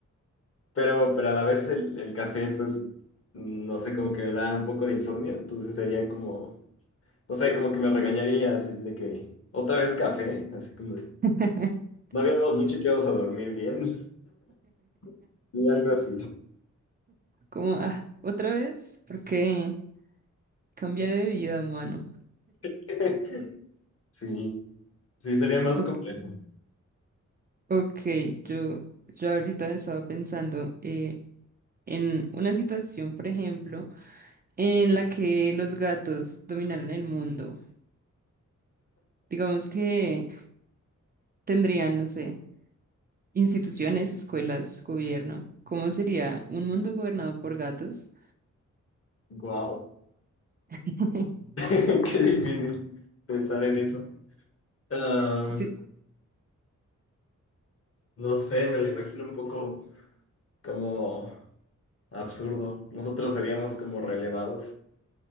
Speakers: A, on the left (about 50°); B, on the right (about 30°).
A: pero, pero a la vez el, el café, pues, no sé, como que me da un poco de insomnio, entonces sería como, no sé, como que me regañaría, así de que, otra vez café, así como de,
B: <laughs>
A: no habíamos dicho que íbamos a dormir bien, <laughs> y algo así.
B: Como, ah, ¿otra vez? Porque cambia de vida, humano.
A: <laughs> Sí, sí, sería más
B: Ok,
A: como eso.
B: ok, yo, yo ahorita estaba pensando. eh, en una situación, por ejemplo, en la que los gatos dominaran el mundo. Digamos que tendrían, no sé, instituciones, escuelas, gobierno. ¿Cómo sería un mundo gobernado por gatos?
A: Wow.
B: <laughs>
A: <laughs> Qué difícil pensar en eso. Am,
B: Sí,
A: no sé, me lo imagino un poco como absurdo. Nosotros seríamos como relevados.